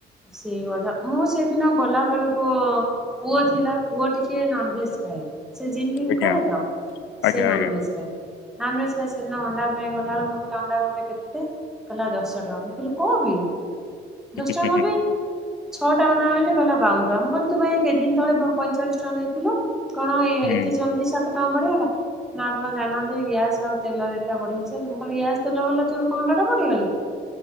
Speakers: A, in the centre; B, on the left.
A: ସେଇ କଥା ମୁଁ ସେ ଦିନ ଗଲାବେଳ ପୁଅ ପୁଅ ଥିଲା ପୁଅ ଟିକେ ନନଭେଜ ଖାଏ। ସେ ଜିମ୍ ଫିମ୍
B: ଆଜ୍ଞା
A: କରେ ତ
B: ଆଜ୍ଞା
A: ସିଏ ନନଭେଜ
B: ଆଜ୍ଞା
A: ଖାଏ। ନନଭେଜ ଖାଏ ସେଦିନ ଅଣ୍ଡା ପାଇଁ ଗଲାବେଳକୁ ମୁଁ କହିଲି ଅଣ୍ଡା ଗୋଟେ କେ‌ତେ? କହିଲା ଦଶା ଟଙ୍କା। ମୁଁ କହିଲି କଣ ପାଇଁ? ଦଶ
B: ହୁଁ
A: ଟଙ୍କା
B: ହୁଁ
A: କଣ ପାଇଁ ଛଅଟା ଅଣ୍ଡା ଆଣିଲି କହିଲା ବାଉନ ଟଙ୍କା ମୁଁ କହିଲି ତୁ ପା ଏଇ କେତେଦିନ ତଳେ ପ-ପଇଁଚାଳିଶ ଟଙ୍କା ନେଇଥିଲୁ। କଣ ଏ-ଏତେ
B: ହୁଁ।
A: ଜଲ୍ଦି ସାତ ଟଙ୍କା ବଢ଼ିଗଲା? ନା ଆପଣ ଜାଣିନାହାନ୍ତି କି ଗ୍ୟାସ୍ ଆଉ ତେଲ ରେଟ୍ ଟା ବଢିଯାଇଛି ବୋଲି ମୁଁ କହିଲି ଗ୍ୟାସ୍, ତେଲ ବଢିଲା ତୋର କଣ ଅଣ୍ଡା ଟା ବଢିଗଲା?